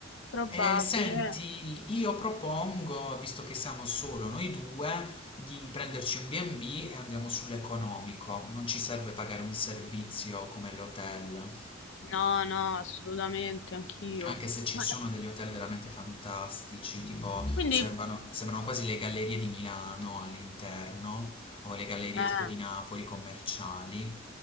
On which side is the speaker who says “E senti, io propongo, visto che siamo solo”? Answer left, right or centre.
Left